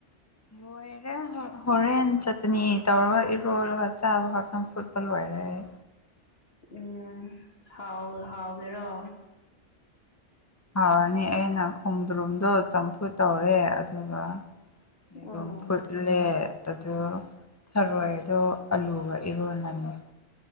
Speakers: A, on the left (about 20°); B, on the left (about 55°).
A: ꯂꯣꯏꯔꯦ ꯍꯣꯔꯦꯟ ꯆꯇꯅꯤ ꯇꯧꯔꯒ ꯏꯔꯣꯂꯒ ꯆꯥꯕ ꯈꯛꯇꯪ ꯐꯨꯠꯄ ꯂꯣꯏꯔꯦ ꯑꯗꯨ
B: ꯎꯝ ꯍꯥꯎ ꯍꯥꯎꯒꯦꯔꯣ
A: ꯍꯥꯎꯔꯅꯤ ꯑꯩꯅ ꯈꯣꯡꯗ꯭ꯔꯨꯝꯗꯣ ꯆꯝꯐꯨ ꯇꯧꯔꯦ ꯑꯗꯨꯒ ꯌꯦꯨꯝ
B: ꯎꯝ
A: ꯐꯨꯠꯂꯦ ꯑꯗꯨꯗꯣ ꯊꯔꯣꯏꯗꯣ ꯑꯂꯨꯒ ꯏꯔꯣꯜꯂꯅꯤ